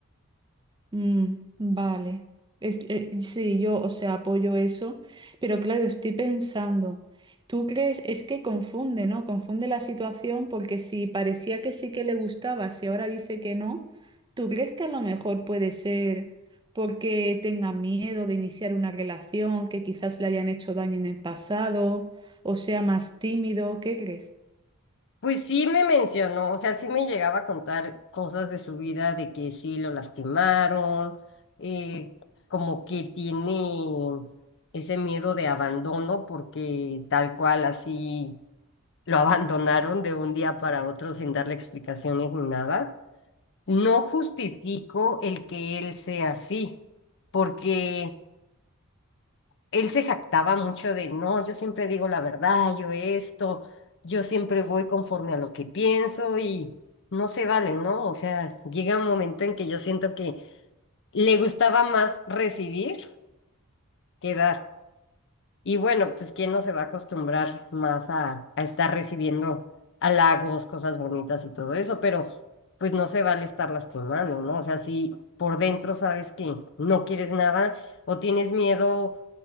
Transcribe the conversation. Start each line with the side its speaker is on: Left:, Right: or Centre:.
Right: Mm, vale. Es- eh, sí, yo, o sea, apoyo eso, pero claro, estoy pensando, ¿tú crees? Es que confunde, ¿no? Confunde la situación porque si parecía que sí que le gustaba, si ahora dice que no, ¿tú crees que a lo mejor puede ser porque tenga miedo de iniciar una relación, que quizás le hayan hecho daño en el pasado, o sea, más tímido? ¿Qué crees?
Left: Pues sí me mencionó, o sea, sí me llegaba a contar cosas de su vida, de que sí lo lastimaron, eh, como que tiene ese miedo de abandono, porque tal cual así lo abandonaron de un día para otro sin darle explicaciones ni nada. No justifico el que él sea así, porque él se jactaba mucho de, no, yo siempre digo la verdad, yo esto, yo siempre voy conforme a lo que pienso y no se vale, ¿no? O sea, llega un momento en que yo siento que le gustaba más recibir que dar. Y bueno, pues quién no se va a acostumbrar más a, a estar recibiendo halagos, cosas bonitas y todo eso, pero pues no se vale estar lastimando, ¿no? O sea, si por dentro sabes que no quieres nada o tienes miedo